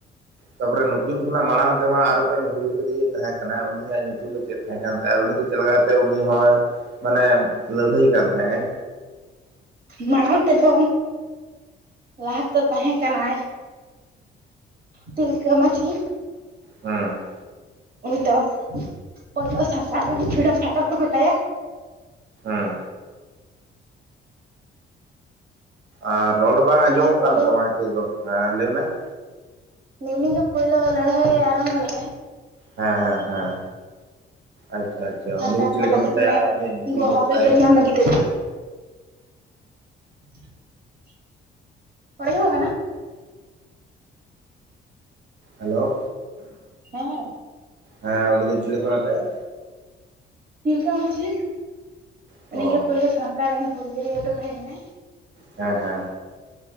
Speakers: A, on the right (about 65°); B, on the right (about 50°).
A: ᱛᱟᱯᱚᱨᱮ ᱱᱩᱠᱤᱱ ᱠᱷᱚᱱᱟᱜ ᱢᱟᱲᱟᱝ ᱛᱮᱢᱟ ᱟᱨ ᱢᱤᱫ ᱴᱮᱱ ᱦᱩᱞᱜᱟᱹᱨᱤᱭ ᱛᱟᱦᱮᱸ ᱠᱟᱱᱟᱭ ᱩᱱᱤᱭᱟᱜ ᱧᱩᱛᱩᱢ ᱫᱚ ᱪᱮᱫ ᱛᱟᱦᱮᱸ ᱠᱟᱱ ᱛᱟᱭᱟ? ᱟᱨ ᱩᱱᱤ ᱫᱚ ᱪᱮᱫ ᱞᱮᱠᱟ ᱛᱮ ᱩᱱᱤ ᱦᱚᱸᱭ ᱢᱟᱱᱮ ᱞᱟᱹᱲᱦᱟᱹᱭ ᱠᱟᱱ ᱛᱟᱦᱮᱸᱜ ᱟᱭ?
B: ᱢᱟᱲᱟᱝ ᱛᱮᱫᱚ ᱞᱟᱦᱟ ᱛᱮᱫᱚ ᱛᱟᱦᱮᱸ ᱠᱟᱱᱟᱭ, ᱛᱤᱞᱠᱟᱹ ᱢᱟᱹᱡᱷᱤ
A: ᱦᱩᱸ
B: ᱩᱱᱤ ᱫᱚ ᱯᱳᱭᱞᱳ ᱥᱟᱱᱛᱟᱲ ᱨᱮᱱ ᱯᱷᱨᱤᱰᱚᱢ ᱯᱷᱟᱭᱴᱟᱨ ᱠᱚ ᱢᱮᱛᱟᱭᱟ ᱾
A: ᱦᱩᱸ ᱾ ᱟᱨ ᱨᱚᱲ ᱵᱟᱝ
B: ᱩᱱᱤᱜᱮ
A: ᱟᱸᱡᱚᱢᱚᱜ
B: ᱯᱳᱭᱞᱳ
A: ᱠᱟᱱ ᱛᱟᱢᱟ, ᱦᱤᱛᱚᱜ ᱫᱚ ᱦᱮᱸ ᱞᱟᱹᱭ ᱢᱮ ᱾
B: ᱱᱮ ᱩᱱᱤ ᱜᱮ ᱯᱳᱭᱞᱳ ᱞᱟᱹᱲᱦᱟᱹᱭ ᱟᱨᱟᱢᱵᱚ ᱞᱮᱜ ᱟᱭ ᱾
A: ᱦᱮᱸ ᱦᱮᱸ ᱦᱮᱸ ᱟᱪᱪᱷᱟ ᱟᱪᱪᱷᱟ᱾
B: ᱥᱟᱱᱛᱟᱲ
A: ᱩᱱᱤ ᱫᱚ ᱪᱤᱞᱤ ᱠᱚ
B: ᱞᱟᱹᱜᱤᱫ
A: ᱢᱮᱛᱟᱭᱟ,
B: ᱢᱟᱱᱮ
A: ᱩᱱᱤᱭᱟᱜ ᱧᱩᱛᱩᱢ
B: ᱩᱱᱠᱩᱣᱟᱜ
A: ᱪᱮᱫ
B: ᱦᱚᱠ
A: ᱛᱟᱭ?
B: ᱟᱹᱭᱫᱟᱹᱨ ᱧᱟᱢ ᱞᱟᱹᱜᱤᱫ ᱛᱮᱫᱚ <inaudible> ᱨᱚᱲ ᱟᱸᱡᱚᱢᱚᱜ ᱠᱟᱱᱟ?
A: ᱦᱮᱞᱳ ᱾
B: ᱦᱮᱸ ᱾
A: ᱦᱮᱸ ᱩᱱᱤ ᱫᱚ ᱪᱮᱞᱮᱠᱚ ᱢᱮᱛᱟᱭᱟ?
B: ᱛᱤᱞᱠᱟᱹ ᱢᱟᱺᱡᱷᱤ
A: ᱚ
B: ᱩᱱᱤ ᱜᱮ ᱯᱳᱭᱞᱳ ᱥᱟᱱᱛᱟᱲ ᱨᱮᱱ ᱦᱩᱞᱜᱟᱨᱤᱭᱟ ᱫᱚ ᱛᱟᱦᱮᱸ ᱠᱟᱱᱟᱭ ᱾
A: ᱦᱮᱸ ᱦᱮᱸ